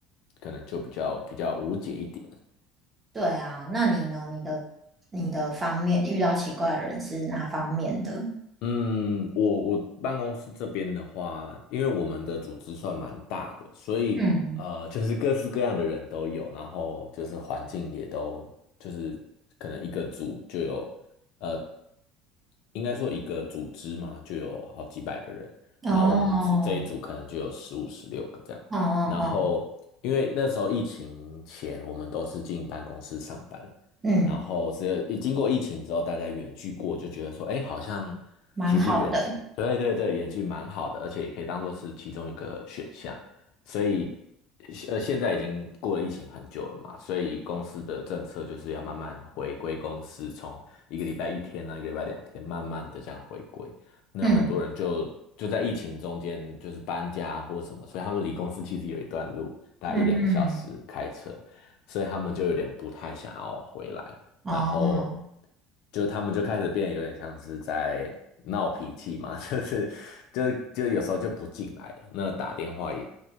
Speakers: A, on the left; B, on the right.
A: 可能就比较比较无解一点。
B: 对啊，那你呢？你的你的方面遇到奇怪的人是哪方面的？
A: 嗯，我我办公室这边的话，因为我们的组织算蛮大的，所以呃，
B: 嗯，
A: 就是各式各样的人都有，然后就是环境也都就是可能一个组就有呃，应该说一个组织嘛，就有好几百个人，
B: 哦，
A: 然后我们组这一组可能就有十五十六个这样，
B: 哦哦哦，
A: 然后因为那时候疫情前我们都是进办公室上班，
B: 嗯，
A: 然后只有一经过疫情之后，大家远距过，就觉得说，哎，好像其实远距，
B: 蛮好的，
A: 对对对，远距蛮好的，而且也可以当做是其中一个选项。所以，呃，现在已经过了疫情很久了嘛，所以公司的政策就是要慢慢回归公司，从一个礼拜一天啊，一个礼拜两天，慢慢的这样回归。那很多人就就在疫情中间就是搬家或什么，
B: 嗯
A: 所以他们离公司其实有一段路，大概一两个小时开车。
B: 嗯，
A: 所以他们就有点不太想要回来，
B: 哦
A: 然后就他们就开始变，得有点像是在闹脾气嘛，<laughs> 就是就就有时候就不进来了。那打电话也